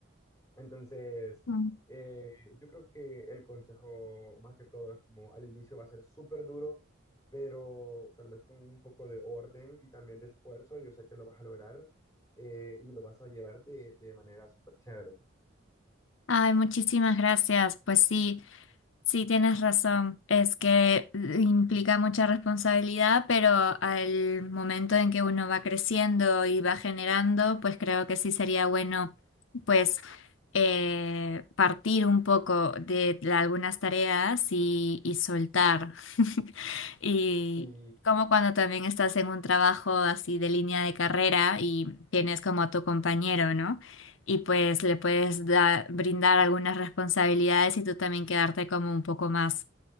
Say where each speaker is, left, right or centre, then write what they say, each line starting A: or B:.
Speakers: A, on the left (about 15°); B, on the left (about 75°).
A: Entonces,
B: mm.
A: eh, yo creo que el consejo más que todo es como al inicio va a ser súper duro, pero tal vez con un poco de orden y también de esfuerzo, yo sé que lo vas a lograr eh, y lo vas a llevar de, de manera súper chévere.
B: Ay, muchísimas gracias. Pues sí, Sí, tienes razón. Es que eh, implica mucha responsabilidad, pero al momento en que uno va creciendo y va generando, pues creo que sí sería bueno, pues, eh, partir un poco de la- algunas tareas y, y soltar. <laughs> Y
A: Sí,
B: como cuando también estás en un trabajo así de línea de carrera y tienes como a tu compañero, ¿no? y pues le puedes da- brindar algunas responsabilidades y tú también quedarte como un poco más,